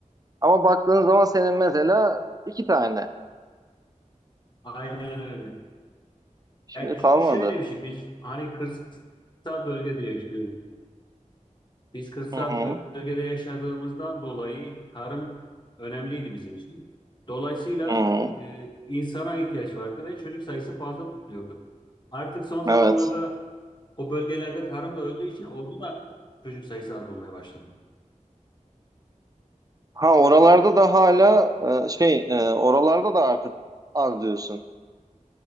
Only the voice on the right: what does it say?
Ama baktığın zaman senin mesela iki tane.
Şimdi
kalmadı.
Hı hı.
Hı hı.
Evet.
Ha oralarda da hala e, şey e, oralarda da artık az diyorsun.